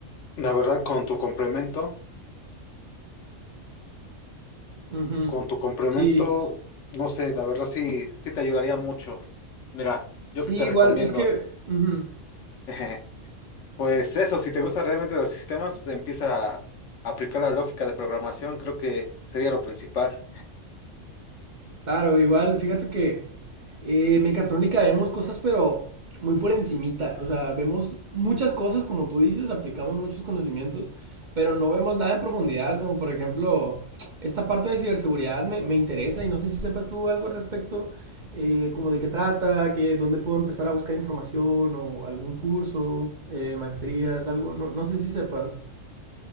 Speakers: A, on the left (about 75°); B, on the right (about 40°).
A: la verdad, con tu complemento,
B: Ujú.
A: con tu complemento,
B: Sí.
A: no sé, la verdad sí, sí te ayudaría mucho. Mira, yo
B: Sí,
A: que te
B: igual,
A: recomiendo.
B: es que ujú.
A: <laughs> Pues eso, si te gustan realmente los sistemas, empieza a aplicar la lógica de programación, creo que sería lo principal.
B: Claro, igual, fíjate que eh, mecatrónica vemos cosas, pero muy por encimita. O sea, vemos muchas cosas, como tú dices, aplicamos muchos conocimientos, pero no vemos nada en profundidad, como por ejemplo, esta parte de ciberseguridad me, me interesa y no sé si sepas tú algo al respecto, eh, como de qué trata, que dónde puedo empezar a buscar información o algún curso, eh, maestrías, algo, no, no sé si sepas.